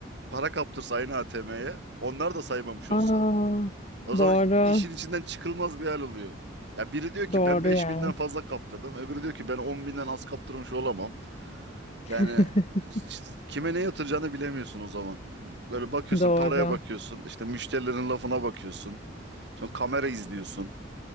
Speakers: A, on the right; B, on the left.
A: para kaptırsa aynı ATM'ye onlar da saymamış olsa
B: Aa,
A: O zaman
B: doğru.
A: işin içinden çıkılmaz bir hal oluyor. Ya biri diyor ki
B: Doğru
A: ben 5000'den
B: yani.
A: fazla kaptırdım. Öbürü diyor ki ben 10.000'den az kaptırmış olamam.
B: <laughs>
A: Yani işte kime ne yatıracağını bilemiyorsun o zaman. Böyle bakıyorsun,
B: Doğru.
A: paraya bakıyorsun, işte müşterilerin lafına bakıyorsun. Sonra kamera izliyorsun.